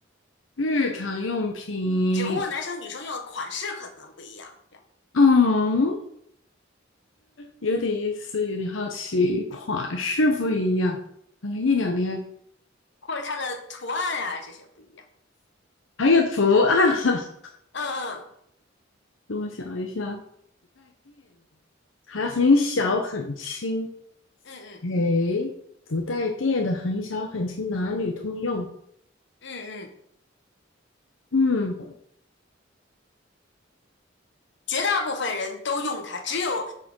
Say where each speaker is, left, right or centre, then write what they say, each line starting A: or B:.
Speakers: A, on the left; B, on the left.
A: 日常用品，
B: 只不过男生女生用的款式可能不一样，这样
A: 嗯，有点意思，有点好奇，款式不一样，可能一两年。
B: 或者它的图案呀、这些不一样。
A: 还有图案，<laughs>
B: 嗯
A: 等我想一下，还很小很轻。
B: 嗯嗯
A: 诶，不带电的很小很轻，男女通用。
B: 嗯嗯嗯嗯。
A: 嗯，
B: 绝大部分人都用它，只有，